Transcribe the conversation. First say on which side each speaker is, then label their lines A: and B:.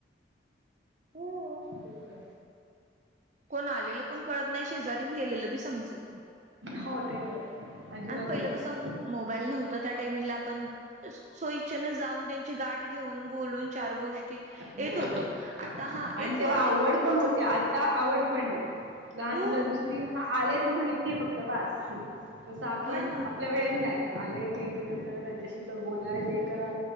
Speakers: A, on the right (about 40°); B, on the right (about 80°).
A: हो
B: ते आहे.
A: कोण आलेलं पण कळत नाही शेजारीन गेलेलं बी समजत नाही.
B: हो ते बर अजिबात
A: पहिलं
B: नाही.
A: कसं मोबाईल नव्हता त्या टायमिंगला आपण स्वयीच्छेन जाऊन त्यांची गाठ घेऊन बोलून चार गोष्टी
B: हो
A: येत होतो
B: हो.
A: आता हा
B: आणि
A: एक फोन
B: तेव्हा आवड पण होते आता आवड पण नाही लहान
A: हो
B: मुल नुसती हा आले ना माहिती ये फक्त बास तस आपण
A: हा ना
B: आपल्या वेळेला नाही. आलेय सगळं त्यांच्याशी बोलय ते करा